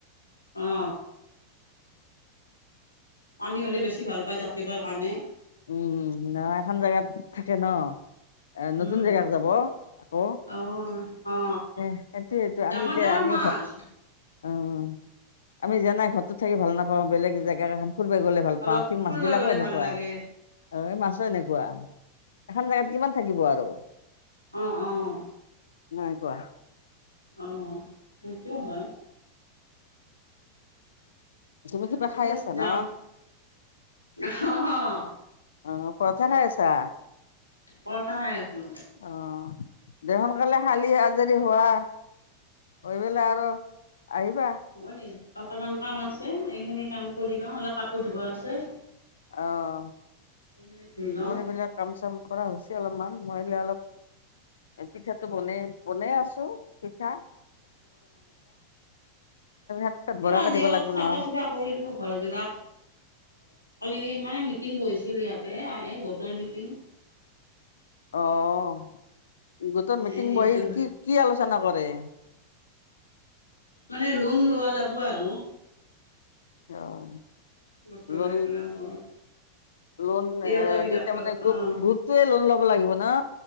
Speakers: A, on the left; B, on the left.
A: অ'। পানী হ'লে বেছি ভাল পায় জাপিবাৰ কাৰণে।
B: উম, আৰু এখন জেগাত থাকে ন। এ নতুন
A: উম
B: জেগাত যাব, আকৌ।
A: অ অ
B: এহ সেইটোয়েটো
A: ডাঙৰ
B: আমিতে
A: ডাঙৰ
B: আমি
A: মাছ
B: ঘৰ অ', আমি যেনেই ঘৰটোত থাকি ভাল নাপাওঁ, বেলেগ জেগা এখন ফুৰবা গ'লে ভাল
A: অলপ
B: পাওঁ, ঠিক
A: ফুৰিব
B: মাছবিলাকো
A: গলে
B: এনেকুৱা।
A: ভাল লাগে
B: অ', এই মাছো এনেকুৱা, এখন জেগাত কিমান থাকিব আৰু।
A: অ', অ'। অঁ
B: নাই কোৱা।
A: অ' সেইটো হয়।
B: তুমি
A: দে
B: কিবা
A: হ'ব
B: খাই
A: দিয়ক
B: আছা
A: যাম,
B: ন
A: অহ হ'।
B: অ' পৰঠা খাই আছা।
A: পৰঠা খাই আছো।
B: অ'। দে সোনকালে শালি আজৰি হোৱা, হৈ পেলাই আৰু আহিবা।
A: মই দেই, অকণমান কাম আছে এইখিনি কাম কৰি লওঁ অলপ কাপোৰ ধুব আছে।
B: অ',
A: সেইখিনি ধুই লওঁ
B: মোৰ সেইবিলাক কাম - চাম কৰা হৈছে অলপমান মই এইফালে অলপ এ পিঠাটো বনাই বনাই আছো পিঠা <unintelligible>
A: এ আজি
B: দিব
A: অলপ
B: লাগিব
A: চাফা
B: নহয়
A: - চুফা কৰিলো ঘৰবিলাক, খালি মানে মিটিং বহিছিল ইয়াতে আ এই গোটৰ মিটিং।
B: অ', গোটৰ মিটিং
A: সেই সেইটো
B: বহিল কি' কি আলোচনা কৰে?
A: মানে লোন লোৱা যাব আৰু।
B: অ'।
A: গোটৰ
B: লোন-
A: এইবিলাকৰ
B: লোন
A: তিৰোতাবিলাক
B: এ দি তাৰ
A: লগ
B: মানে গ্ৰু
A: অঁ
B: গ্ৰুপ টোয়ে লোন ল'ব লাগিব না'?